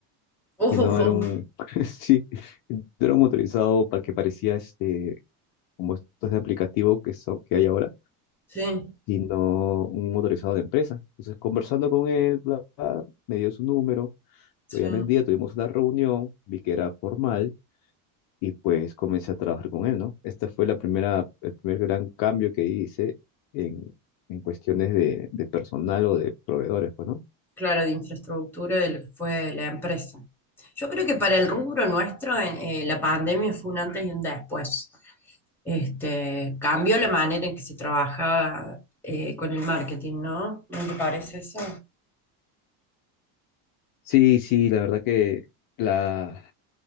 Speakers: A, in the centre; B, on the left (about 50°).
A: <laughs> Uf,
B: y
A: uf,
B: no
A: uf.
B: era un, <laughs> sí, no era un motorizado para que parecía este, como estos de aplicativo que son, que hay ahora,
A: sí,
B: sino un motorizado de empresa. Entonces, conversando con él, bla, bla, me dio su número,
A: sí.
B: lo llamé un día, tuvimos una reunión, vi que era formal y pues comencé a trabajar con él, ¿no? Esta fue la primera, el primer gran cambio que hice en, en cuestiones de, de personal o de proveedores, pues, ¿no?
A: Claro, de infraestructura de lo que fue la empresa. Yo creo que para el rubro nuestro, eh, eh, la pandemia fue un antes y un después. Este, cambió la manera en que se trabajaba eh, con el marketing, ¿no? ¿No te parece eso?
B: Sí, sí, la verdad que la,